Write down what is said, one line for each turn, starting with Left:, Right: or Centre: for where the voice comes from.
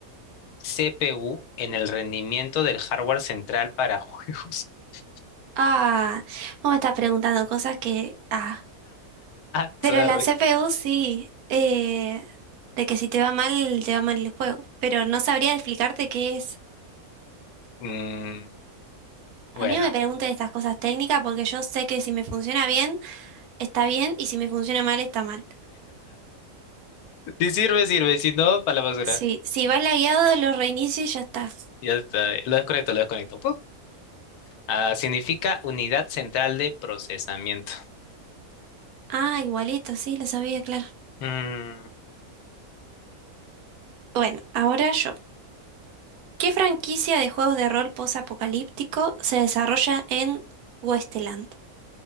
Left: CPU en el rendimiento del hardware central para juegos? <laughs>
Right: Ah, vos me estás preguntando cosas que... Ah,
Left: Ah,
Right: Pero
Left: sorry.
Right: la CPU sí, eh, de que si te va mal, te va mal el juego. Pero no sabría explicarte qué es.
Left: Mm, bueno,
Right: A mí no me preguntes estas cosas técnicas porque yo sé que si me funciona bien, está bien, y si me funciona mal, está mal.
Left: si sirve, sirve, si no, para la basura.
Right: Sí, si va lagueado, lo reinicio y ya está.
Left: Ya está, lo desconecto, lo desconecto. Ah, significa unidad central de procesamiento.
Right: Ah, igualito, sí, lo sabía, claro.
Left: Mm,
Right: Bueno, ahora yo. ¿Qué franquicia de juegos de rol posapocalíptico se desarrolla en Westeland?